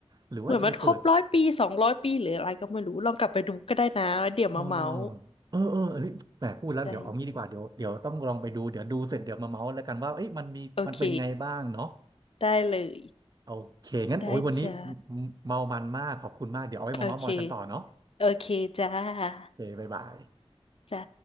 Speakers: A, on the right; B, on the left.
A: หรือว่าจะไปเปิด
B: เหมือนมันครบร้อยปีสองร้อยปีหรืออะไรก็ไม่รู้ลองกลับไปดูก็ได้นะแล้วเดี๋ยวมาเมาส์
A: เออเออเออเอันแหมพูดแล้วเดี๋ยวเอางี้ดีกว่าเดี๋ยวเดี๋ยวต้องลองไปดูเดี๋ยวดูเสร็จเดี๋ยวมาเมาส์แล้วกันว่าเอ้ยมันมีมันเป็นไงบ้างเนาะ
B: ใช่โอเคได้เลย
A: โอเคงั้นโอ้ยวันนี้
B: ได้จ้า
A: เมามันมากขอบคุณมากเดี๋ยวเอาไว้มาเมาส์มอยกันต่อเนาะ
B: โอเคโอเคจ้า
A: โอเคบ๊ายบาย
B: จ้า